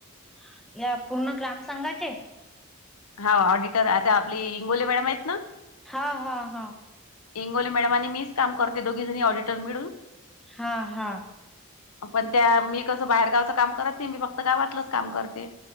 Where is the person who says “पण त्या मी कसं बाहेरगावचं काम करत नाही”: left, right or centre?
Left